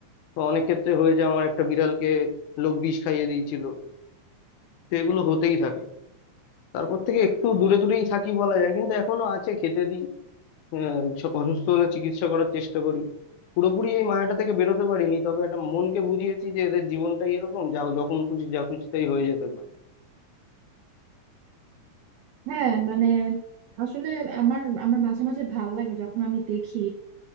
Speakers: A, on the left (about 75°); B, on the right (about 80°).
A: তো অনেক ক্ষেত্রে হয়ে যায় আমার একটা বিড়ালকে লোক বিষ খাইয়ে দিয়েছিল তো এগুলো হতেই থাকে তারপর থেকে একটু দূরে দূরেই থাকি বলা যায় কিন্তু এখনো আছে খেতে দিই আহ, স- অসুস্থ হলে চিকিৎসা করার চেষ্টা করি পুরোপুরি এই মায়াটা থেকে বেরোতে পারিনি তবে একটা মনকে বুঝিয়েছি যে এদের জীবনটাই এরকম যা যখন খুশি যা খুশি তাই হয়ে যেতে পারে
B: হ্যাঁ মানে আসলে আমার আমার মাঝে মাঝে ভালো লাগে যখন আমি দেখি